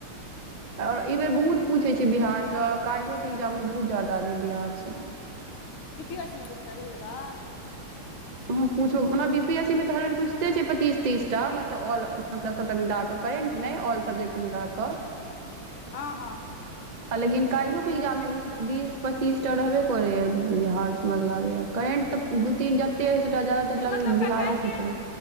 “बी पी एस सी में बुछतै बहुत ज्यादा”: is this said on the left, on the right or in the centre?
Left